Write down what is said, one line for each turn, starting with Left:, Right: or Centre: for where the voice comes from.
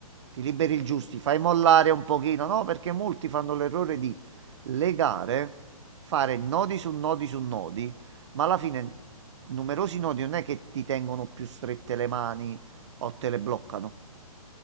Right: Ti liberi
Left: Ok,
Right: il giusti,
Left: quindi diciamo,
Right: fai mollare un pochino, no? Perché molti fanno l'errore di legare, fare nodi su nodi su nodi, ma alla fine
Left: sì,
Right: Numerosi nodi non è che ti tengono più strette le mani o te le bloccano.